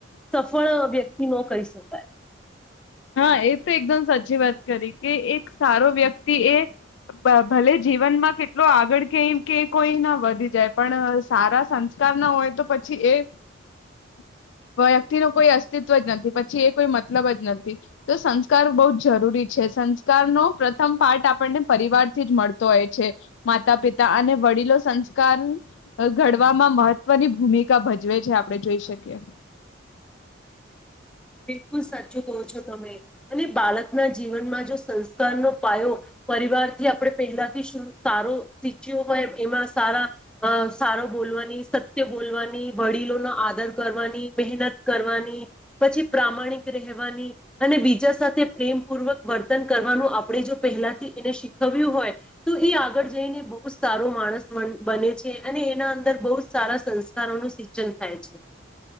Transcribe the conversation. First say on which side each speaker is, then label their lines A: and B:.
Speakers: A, in the centre; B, on the left.
A: સફળ વ્યક્તિ ન કહી શકાય.
B: હા એ તો એકદમ સાચી વાત કરી કે એક સારો વ્યક્તિ એ ભલે જીવનમાં કેટલો આગળ <unintelligible> કઈ કે કોઈ ના વધી જાય. પણ સારા સંસ્કાર ના હોય તો પછી પછી એ વ્યક્તિ ન કોઈ અસ્તિત્વ જ નથી પછી એ કોઈ મતલબ જ નથી. તો સંસ્કાર બહુ જ જરૂરી છે, <unintelligible> પ્રથમ પારઠ આપણને પરિવારથી જ મળતો હોય છે, માતા પિતા અને વડીલો સંસ્કાર ઘડવામાં મહત્વની ભૂમિકા ભજવે છે, આપણે જોઈ શકીએ.
A: બિલકુલ સાચું કહો છો તમે અને બાળકના જીવનમાં જો સંસ્કારનો પાયો પરિવારથી આપણે પહેલાથી શું સારો શીચ્યો હોય એમાં સારા સારો બોલવાની સત્ય બોલવાની વડીલોનો આદર કરવાની મહેનત કરવાની. પછી પ્રામાણિક રહેવાની અને બીજા સાથે પ્રેમ પૂર્વક વર્તન કરવાનું આપણે જો પહેલાથી એને શીખવ્યું હોય તો એ આગળ જઈને બહુ સારો માણસ બને છે, અને એના અંદર બહુ જ સારા સંસ્કારોનું સિંચન થાય છે.